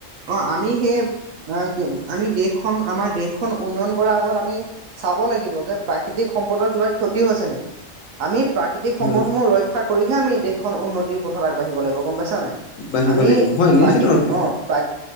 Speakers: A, on the right; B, on the left.
A: অঁ, আমি সেই আ কি হল আমি দেশখন, আমাৰ দেশখন, উন্নয়ন কৰাৰ আগত, আমি চাব লাগিব যে প্ৰাকৃতিক সম্পদৰ কিবা ক্ষতি হৈছে নেকি আমি প্ৰাকৃতিক সম্পদসমূহ
B: হয়
A: ৰইক শিক্ষা কৰিহে আমি দেশখন উন্নতিৰ পথত আগবাঢ়িব লাগিব গম পাইছা নাই
B: বাঢ়িব
A: আমি
B: লাগিব হয়
A: প্ৰাকৃতিক
B: নিশ্চিত ৰূপে
A: অঁ পাক